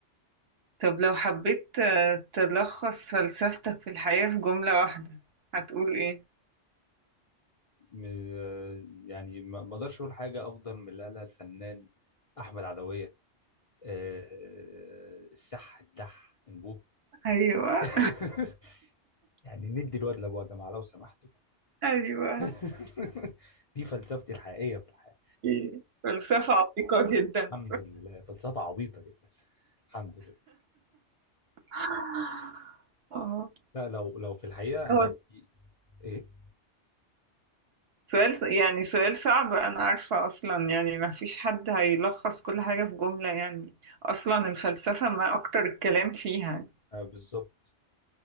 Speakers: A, on the right; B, on the left.
A: طب لو حبيت آه، تلخص فلسفتك في الحياة في جملة واحدة هتقول ايه؟
B: م- يعني ما ما اقدرش اقول حاجه افضل من اللي قالها الفنان احمد عدويه آه، السح الدح انبوه
A: ايوه
B: <laughs> يعني ندي الواد لابوه يا جماعه لو سمحتوا
A: <laughs> ايوه
B: <laughs> دي فلسفتي الحقيقيه في الحياه
A: إيه. فلسفة عميقة جدا
B: الحمد لله فلسفه عبيطه جدا الحمد لله
A: <laughs> اه
B: لا لو لو في الحقيقه
A: هو
B: انا في ايه
A: سؤال ص- يعني سؤال صعب أنا عارفة أصلا يعني ما فيش حد هيلخص كل حاجة في جملة يعني أصلا الفلسفة ما أكتر الكلام فيها
B: آه بالظبط